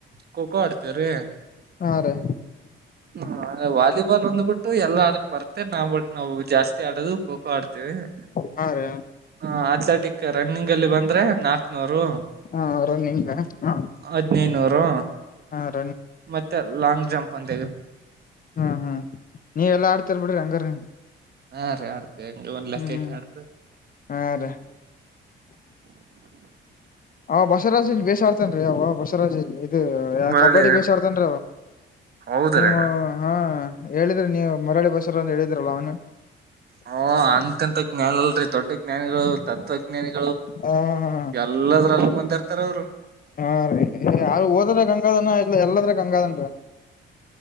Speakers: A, on the right; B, on the left.
A: ಖೋಖೋ ಆಡ್ತೇವ್ರಿ
B: ಹಾ ರೀ
A: ಹ್ಮ ವಾಲಿಬಾಲ್ ಒಂದ್ಬಿಟ್ಟು ಎಲ್ಲಾ ಆಡಕ್ ಬರ್ತೆ ನಾವು ಬಿಟ್ಟು ನಾವು ಜಾಸ್ತಿ ಆಡೋದು ಖೋಖೋ ಆಡ್ತೇವಿ ರಿ
B: ಹಾ ರಿ
A: ಹ ಅಥ್ಲೆಟಿಕ್ ರನ್ನಿಂಗ್ ಅಲ್ಲಿ ಬಂದ್ರೆ ನಾಕ್ನೂರು
B: ಹಾ ರಿನ್ ನಿಮಗೆ ಹಾ
A: ಹದ್ನೈನೂರು
B: ರಿ <unintelligible>
A: ಮತ್ತೆ ಲಾಂಗ್ ಜಂಪ್ ಅಂದ.
B: ಹ್ಮ್ ಹ್ಮ್ ನೀವೆಲ್ಲಾ ಆಡ್ತರ್ ಬಿಡ್ರಿ ಹಂಗಾರ.
A: ಹೇಾರಾಡ್ು. ಂಗ ಒನ್ ಲೆಕ್ಕ
B: ಹ್ಮ್
A: ಕ ಆಡ್ರ.
B: ಹಾ ರೀ ಅವ ಬಸವರಾಜ್ ಇಲ್ಲಿ ಬೇಸ ಆಡ್ತೇನ್ೀ ಯಾವ ಬಸರಾಜ ಇಲ್ಲಿ. ಇ
A: ಮರಳಿ
B: ಕಬಡ್ಡಿ ಬೇ ಆಡ್ತನ್
A: ಹೌದ್ರೀ
B: ನೀವು ಹಾ. ಹೇಳಿದ್ರಿ ನೀವು ಮರಳಿ ಬಸರ ಅ ಹೇಳಿದ್ರಲ್ಲ ಅವನು.
A: ಹಓ ಅಂತೆಂತ ಜ್ಞಾನ ಅಲ್ರರಿ ದೊಡ್ಡ ಜ್ಞಾನಿಗಳು ತತ್ವಜ್ಞಾನಿ.
B: ಹ ಹಾ
A: ಎಲ್ಲದ್ರಲ್ಲ ಮುಂದೆ ಇರ್ತಾರ ಅವರು.
B: ಹಾ ರೀ ಯಾರು ಹೋದ್ರೆ ಗಂಗಾಧನ ಇಲ್ಲ ಎಲ್ಲದ್ರ ಗಂಗಾಧನ್ರ.